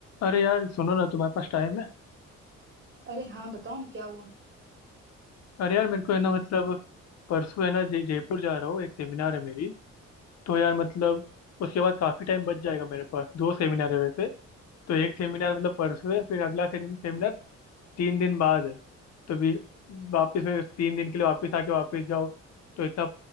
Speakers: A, on the left; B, on the right.
A: अरे यार सुनो ना तुम्हारे पास टाइम है
B: अरे हाँ बताओ ना क्या हुआ
A: अरे यार मेरे को है ना मतलब परसों है ना जय जयपुर जा रहा हूँ एक सेमिनार है मेरी तो यार मतलब उसके बाद काफी टाइम बच जाएगा मेरे पास दो सेमिनार है वैसे तो एक सेमिनार मतलब परसों है फिर अगला सेमि- सेमिनार तीन दिन बाद है तो भी वापस फिर तीन दिन के लिए वापस आके वापस जाओ तो इतना